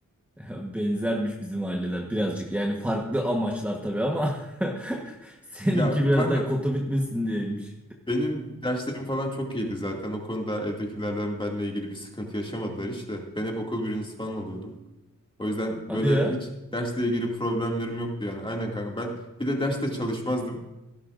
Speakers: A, in the centre; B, on the left (about 15°).
A: <laughs> Benzermiş bizim aileler birazcık. Yani farklı amaçlar tabii ama <laughs> seninki
B: Ya
A: biraz
B: kanka
A: daha kota bitmesin diyeymiş.
B: benim derslerim falan çok iyiydi zaten. O konuda evdekilerden benimle ilgili bir sıkıntı yaşamadılar işte. Ben hep okul birincisi falan oluyordum. O yüzden böyle
A: Hadi ya.
B: hiç dersle ilgili problemlerim yoktu yani. Aynen kanka ben bir de derste çalışmazdım.